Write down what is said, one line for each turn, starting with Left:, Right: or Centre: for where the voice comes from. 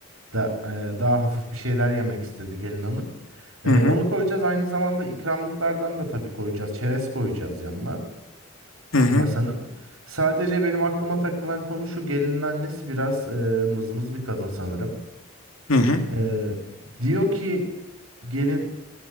Right: da e, daha hafif bir şeyler yemek istedi gelin hanım.
Left: Hı
Right: E,
Left: hı.
Right: onu koyacağız. Aynı zamanda ikramlıklardan da tabii koyacağız. Çerez koyacağız yanına
Left: Hı hı.
Right: masanın. Sadece benim aklıma takılan konu şu gelinin annesi biraz e, mızmız bir kadın sanırım.
Left: Hı hı.
Right: Ee, diyor ki gelin